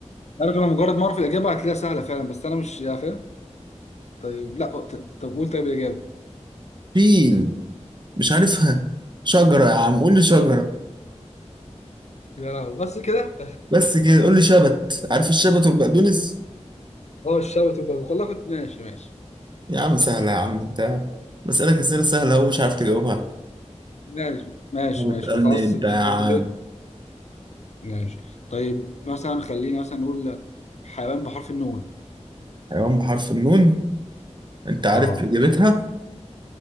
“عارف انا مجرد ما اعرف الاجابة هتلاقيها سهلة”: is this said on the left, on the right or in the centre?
Left